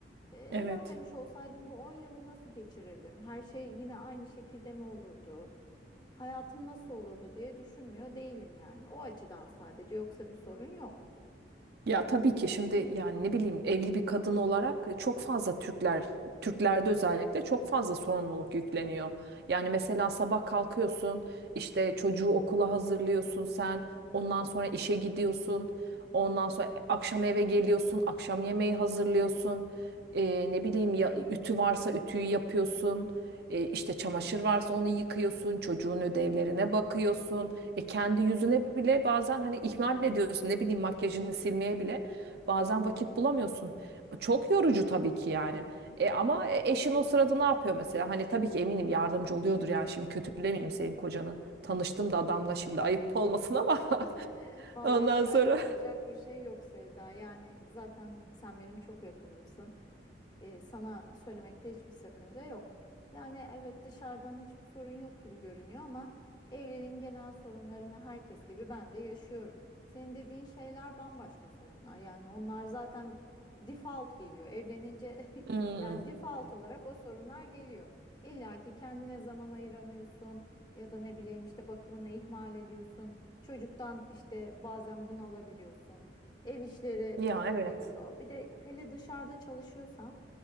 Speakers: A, on the left; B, on the right.
A: E, Evlenmemiş
B: evet.
A: olsaydım bu 10 yılı nasıl geçirirdim? Her şey yine aynı şekilde mi olurdu? Hayatım nasıl olurdu diye düşünmüyor değilim yani. O açıdan sadece yoksa bir sorun yok.
B: Ya tabii ki şimdi yani ne bileyim evli bir kadın olarak çok fazla Türkler, Türklerde özellikle çok fazla sorumluluk yükleniyor. Yani mesela sabah kalkıyorsun, işte çocuğu okula hazırlıyorsun sen, ondan sonra işe gidiyorsun, ondan sonra akşam eve geliyorsun, akşam yemeği hazırlıyorsun, Ee, ne bileyim ya ütü varsa ütüyü yapıyorsun, Ee, işte çamaşır varsa onu yıkıyorsun, çocuğun ödevlerine bakıyorsun. E kendi yüzüne bile bazen hani ihmal ediyorsun ne bileyim makyajını silmeye bile bazen vakit bulamıyorsun. Çok yorucu tabii ki yani. E ama e, eşin o sırada ne yapıyor mesela? Hani tabii ki eminim yardımcı oluyordur yani şimdi kötülemeyeyim senin kocanı. Tanıştım da adamla şimdi ayıp olmasın ama
A: <laughs>
B: <laughs>
A: Vallahi
B: ondan
A: hiç ayıp
B: sonra.
A: olacak bir şey yok Sevda. Yani zaten sen benim çok yakınımsın. Ee, sana söylemekte hiçbir sakınca yok. Yani evet dışarıdan hiçbir sorun yok gibi görünüyor ama evliliğin genel sorunlarını herkes gibi ben de yaşıyorum. Senin dediğin şeyler bambaşka sorunlar. Yani onlar zaten default geliyor. Evlenince <laughs>
B: Hmm.
A: yani default olarak o sorunlar geliyor. İlla ki kendine zaman ayıramıyorsun ya da ne bileyim işte bakımını ihmal ediyorsun. Çocuktan işte bazen bunu alabiliyorsun. Ev işleri
B: Ya
A: yorabiliyor.
B: evet.
A: Bir de hele dışarıda çalışıyorsan